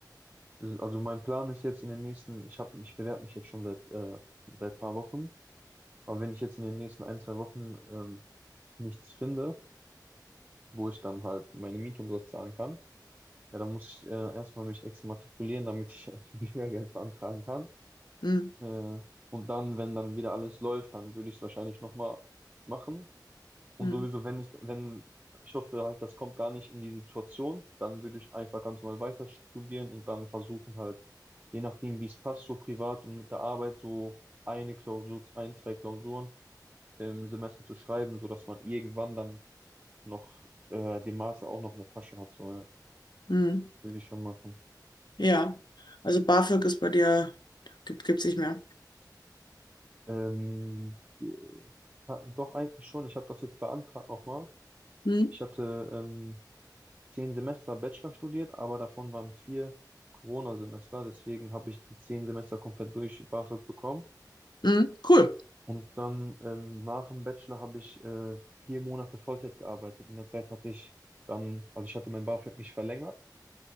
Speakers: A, on the right; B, on the left.
A: also mein Plan ist jetzt in den nächsten, ich habe, ich bewerbe mich jetzt schon seit äh, seit paar Wochen Aber wenn ich jetzt in den nächsten ein, zwei Wochen ähm, nichts finde, wo ich dann halt meine Miete und sowas zahlen kann, ja, dann muss ich äh, erstmal mich exmatrikulieren, damit ich <laughs> Bürgergeld beantragen kann.
B: Hm.
A: Äh, und dann, wenn dann wieder alles läuft, dann würde ich es wahrscheinlich nochmal machen. Und
B: Hm.
A: sowieso, wenn ich, wenn, ich hoffe halt, das kommt gar nicht in die Situation, dann würde ich einfach ganz normal weiter studieren und dann versuchen halt, je nachdem, wie es passt, so privat und mit der Arbeit, so eine Klausur, ein, zwei Klausuren im Semester zu schreiben, sodass man irgendwann dann noch äh, den Master auch noch in der Tasche hat. So, ja,
B: Hm.
A: würde ich schon machen.
B: Ja, also BAföG ist bei dir, gibt, gibt's nicht mehr.
A: Ähm, die- ha- doch eigentlich schon. Ich habe das jetzt beantragt nochmal.
B: Hm.
A: Ich hatte ähm, zehn Semester Bachelor studiert, aber davon waren vier Corona-Semester. Deswegen habe ich die zehn Semester komplett durch BAföG bekommen.
B: Hm. Cool.
A: Und dann ähm, nach dem Bachelor habe ich äh, vier Monate Vollzeit gearbeitet. In der Zeit hatte ich dann, also ich hatte mein BAföG nicht verlängert